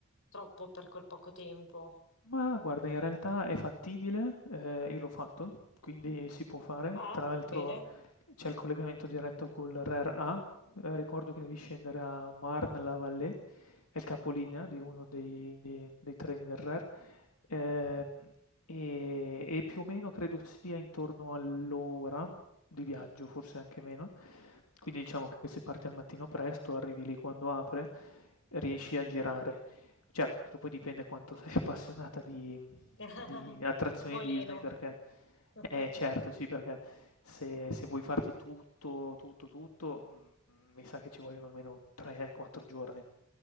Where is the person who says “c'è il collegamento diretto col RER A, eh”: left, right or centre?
Left